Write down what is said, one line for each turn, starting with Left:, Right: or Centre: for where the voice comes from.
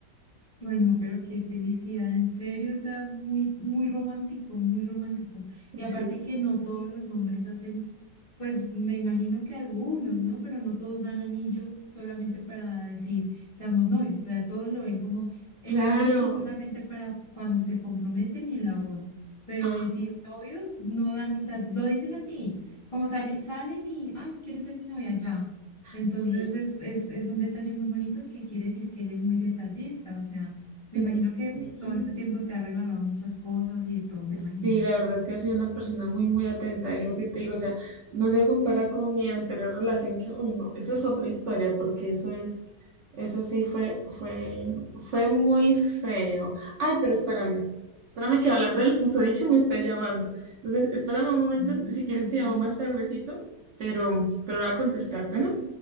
Left: Ay, no, pero qué felicidad, en serio, o sea, muy, muy romántico, muy romántico.
Right: Sí,
Left: Y aparte que no todos los hombres hacen, pues me imagino que algunos, ¿no? Pero no todos dan anillo solamente para decir, seamos novios, o sea, todos lo ven como el
Right: claro.
Left: anillo es solamente para cuando se comprometen y en la boda. Pero
Right: Ah,
Left: decir novios no dan, o sea, lo dicen así, como sale- salen y, ay, ¿quieres ser mi novia? Ya. Entonces
Right: sí.
Left: es, es, es un detalle muy bonito que quiere decir que él es muy detallista, o sea, me
Right: mm,
Left: imagino que
Right: Sí,
Left: todo este tiempo te ha regalado muchas cosas y de todo, me
Right: Sí,
Left: imagino.
Right: la verdad es que ha sido una persona muy, muy atenta y lo que te digo, o sea, no se compara con mi anterior relación que, uy, no, eso es otra historia porque eso es, eso sí fue, fue, fue muy feo. Ay, pero espérame, espérame que hablando del susodicho me está llamando. Entonces, espérame un momento,
Left: Mm,
Right: si quieres
Left: ok.
Right: te llamo más tardecito, pero, pero lo voy a contestar, bueno.